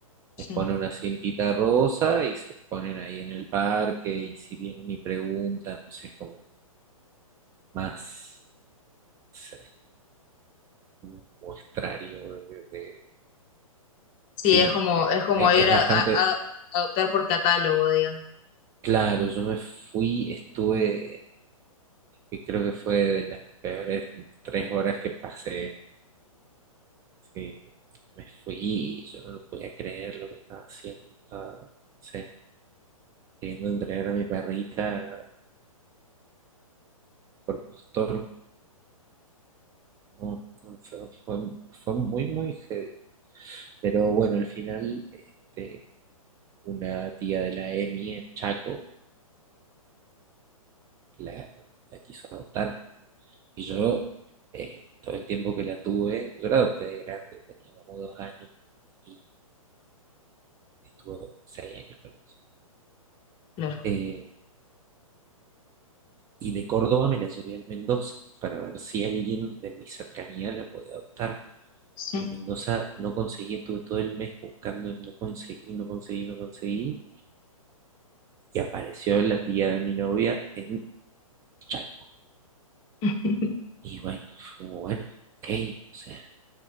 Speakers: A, on the left (about 30°); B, on the right (about 15°).
A: sí.
B: Les pone una cintita rosa y se ponen ahí en el parque y si vienen y preguntan, no sé, es como más, no sé, como un muestrario de, de-
A: Sí,
B: Sí,
A: es como,
B: eh,
A: es como
B: eh,
A: ir
B: es
A: a,
B: bastante
A: a- a adoptar por catálogo, digamos.
B: claro. Yo me fui, estuve, y creo que fue de las peores tres horas que pasé Sí, me fui, yo no lo podía creer lo que estaba haciendo, estaba, no sé, queriendo entregar a mi perrita por postor, no, no, fue, fue- fue muy, muy heavy. Pero bueno, al final, este, una tía de la EMI en Chaco la, la quiso adoptar y yo, eh, todo el tiempo que la tuve, yo la adopté de grande, tenía como dos años y estuve seis años con ella.
A: Claro,
B: Eh, y de Córdoba me la llevé a Mendoza para ver si alguien de mi cercanía la podía adoptar.
A: sí.
B: En Mendoza no conseguí, estuve todo el mes buscando y no conseguí, no conseguí, no conseguí. Y apareció la tía de mi novia en Chaco.
A: <laughs>
B: Y bueno, fue como bueno, ok, o sea,